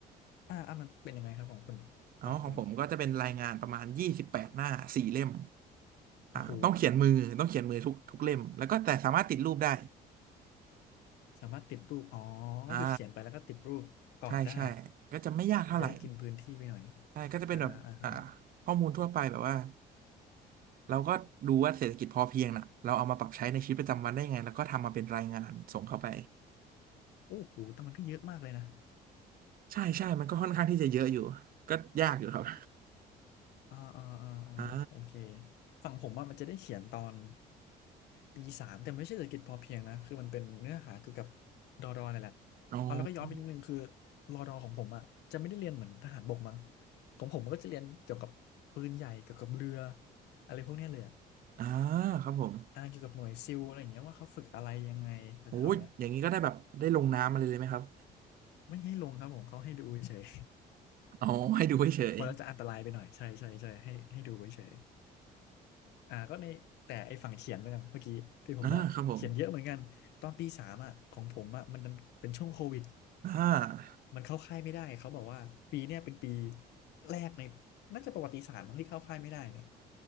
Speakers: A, on the left; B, on the right.
A: อ่าอ่ามันเป็นยังไงครับของคุณน่ะฝั่งคุณนะ
B: เอาของผมก็จะเป็นรายงานประมาณยี่สิบแปดหน้าสี่เล่ม
A: โอ้โห
B: อ่าต้องเขียนมือต้องเขียนมือทุกทุกเล่มแล้วก็แต่สามารถติดรูปได้
A: สามารถติดรูปอ๋อก็คือเขียนไปแล้วก็ติดรูปประกอบได้
B: อ่าใช่ใช่ก็จะไม่ยากเท่าไหร่
A: มันจะได้กินพื้นที่ไปหน่อย
B: ใช่ก็จะเป็นแบบอ่า
A: อ่าฮะอ่าฮะ
B: ข้อมูลทั่วไปแบบว่าเราก็ดูว่าเศรษฐกิจพอเพียงน่ะเราเอามาปรับใช้ในชีวิตประจำวันได้ยังไงแล้วก็ทำมาเป็นรายงานส่งเข้าไป
A: โอ้โหแต่มันก็เยอะมากเลยนะ
B: ใช่ใช่มันก็ค่อนข้างที่จะเยอะอยู่ ก็ยากอยู่ครับ
A: อ่าอ่าอ่าอ่าโอเค
B: <laughs> อ่า
A: ฝั่งผมอะมันจะได้เขียนตอนปีสามแต่ไม่ใช่เศรษฐกิจพอเพียงนะ คือมันเป็นเนื้อหาเกี่ยวกับรอดอนี่นแหละ
B: อ๋อ
A: เอาแล้วก็ย้อนไปนิดนึงคือรอดอของผมอ่ะจะไม่ได้เรียนเหมือนทหารบกมั้งของผมมันก็จะเรียนเกี่ยวกับปืนใหญ่ เกี่ยวกับเรืออะไรพวกเนี้ยเลยอะ
B: อ่าครับผม
A: อ่าเกี่ยวกับหน่วยซิลอะไรอย่างเงี้ยว่าเขาฝึกอะไรยังไงแถวๆเนี้ย
B: โอ้ยอย่างนี้ก็ได้แบบได้ลงน้ำอะไรเลยไหมครับ
A: ไม่ให้ลงครับผมเขาให้ดูเฉย
B: อ๋อให้ดูเฉย
A: <laughs> มันแล้วจะอันตรายไปหน่อยใช่ใช่ใช่ให้ให้ดูไว้เฉย อ่าก็ในแต่ไอ้ฝั่งเขียนเหมือนกันเมื่อกี้ที่ผมบอกเขียนเยอะเหมือนกันตอนปีสามอ่ะของผมอ่ะมันดันเป็นช่วงโควิด
B: ๆอ่าครับผมอ่า
A: มันเข้าค่ายไม่ได้เขาบอกว่าปีเนี้ยเป็นปีแรกในน่าจะประวัติศาสตร์มั้งที่เข้าค่ายไม่ได้เนี่ย